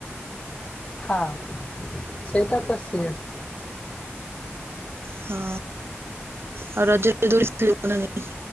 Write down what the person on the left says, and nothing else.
ହଁ ସେଇଟା ତ ସିଏ।